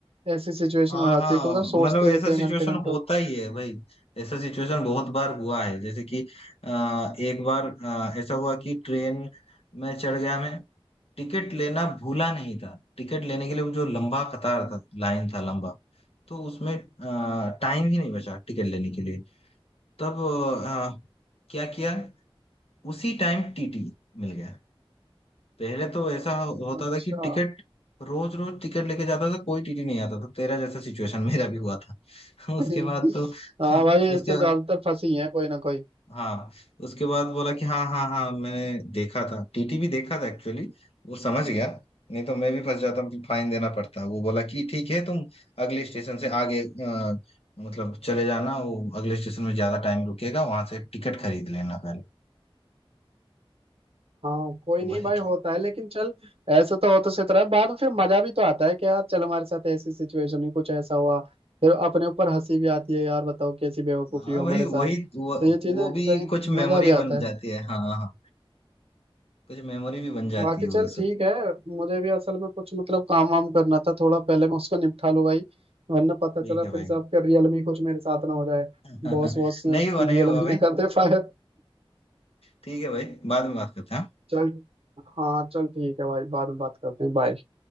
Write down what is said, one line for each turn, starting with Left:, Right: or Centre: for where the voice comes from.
Right: ऐसी सिचुएशन
Left: हाँ
Right: हो जाती
Left: हाँ
Right: है कि मतलब सोचते
Left: मतलब ऐसा
Right: रहते हैं
Left: सिचुएशन
Right: घंटे घंटों
Left: होता ही है भाई ऐसा सिचुएशन बहुत बार हुआ है जैसे कि आ, एक बार अ, ऐसा हुआ कि ट्रेन में चढ़ गया मैं टिकट लेना भूला नहीं था टिकट लेने के लिए वो जो लंबा कतार था लाइन था लंबा तो उसमें आ, टाइम ही नहीं बचा टिकट लेने के लिए तब अ, क्या किया उसी टाइम टीटी मिल गया पहले तो ऐसा होता
Right: अच्छा
Left: था कि टिकट रोज रोज टिकट लेके जाता था कोई टीटी नहीं आता था तेरा जैसा सिचुएशन <laughs> मेरा भी हुआ था <laughs> उसके
Right: <laughs>
Left: बाद तो
Right: हाँ
Left: हाँ
Right: भाई ऐसे
Left: उसके
Right: ज्यादातर फंसी हैं कोई ना कोई
Left: हाँ उसके बाद बोला कि हाँ हाँ हाँ मैंने देखा था टीटी भी देखा था एक्चुअली वो समझ गया नहीं तो मैं भी फंस जाता मतलब फाइन देना पड़ता वो बोला कि ठीक है तुम अगले स्टेशन से आगे अ, मतलब चले जाना वो अगले स्टेशन में ज्यादा टाइम रुकेगा वहां से टिकट खरीद लेना पहले
Right: हाँ कोई
Left: वही
Right: नहीं भाई होता है लेकिन चल ऐसे तो होते से तरह बाद में फिर मजा भी तो आता है कि यार चल हमारे साथ ऐसी सिचुएशन में कुछ ऐसा हुआ फिर अपने ऊपर हंसी भी आती है यार बताओ कैसी बेवकूफी
Left: हाँ
Right: हो
Left: भाई
Right: हमारे
Left: वही
Right: साथ तो
Left: वो,
Right: ये चीजें
Left: वो भी
Right: कहीं
Left: कुछ मेमोरी
Right: मजा भी आता
Left: बन जाती
Right: है
Left: है हाँ हाँ हाँ। कुछ मेमोरी भी बन जाती
Right: बाकी
Left: है
Right: चल
Left: वो
Right: ठीक
Left: सब
Right: है मुझे भी असल में कुछ मतलब काम वाम करना था थोड़ा पहले मैं उसको निपटा लूँ भाई वरना पता
Left: ठीक
Right: चला
Left: है
Right: फिर
Left: भाई
Right: से आपके रियल में कुछ मेरे साथ ना हो जाए
Left: <laughs>
Right: बॉस बॉस
Left: नहीं हुआ
Right: रियल
Left: नहीं हुआ
Right: में ही
Left: भाई
Right: ना कर दे फायर
Left: ठीक है भाई बाद में बात करते हैं
Right: चल हाँ चल ठीक है भाई बाद में बात करते हैं बाय